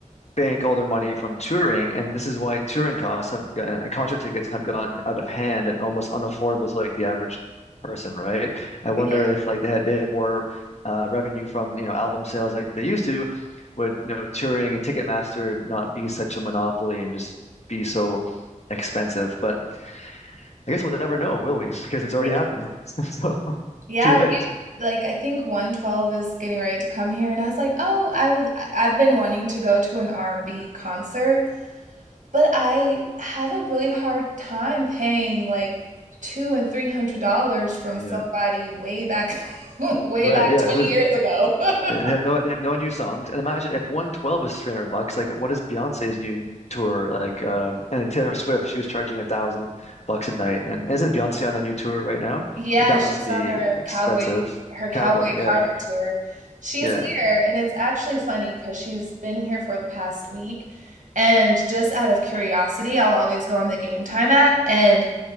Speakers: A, on the left; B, on the right.
A: bank all their money from touring, and this is why touring costs have gotten, concert tickets have gotten out of hand and almost unaffordable to like the average person, right? I wonder
B: Yeah.
A: if like they had they had more uh, revenue from you know album sales like they used to, would you know touring and Ticketmaster not be such a monopoly and just be so expensive? But I guess we'll never know, will we? <laughs> Because it's already
B: Yeah,
A: happened. <laughs> So
B: Yeah,
A: too
B: we
A: late.
B: like I think 112 is getting ready to come here and I was like, "Oh, I will I- I've been wanting to go to an R&B concert But I have a really hard time paying like two and three hundred dollars from
A: Yeah.
B: somebody way back, <laughs> way
A: Right.
B: back
A: Yeah.
B: 20
A: Who's
B: years ago. <laughs>
A: and have no they have no new songs. And imagine if 112 is 300 bucks, like what is Beyonce's new tour like? Um, and Taylor Swift, she was charging a thousand bucks a night. And isn't Beyonce on a new tour right now?
B: Yeah,
A: That
B: she's
A: must be
B: on her
A: expensive.
B: cowboy her Cowboy
A: Cowboy, yeah,
B: Carter tour. She's
A: yeah.
B: here, and it's actually funny because she's been here for the past week. And just out of curiosity, I'll always go on the Game Time app, and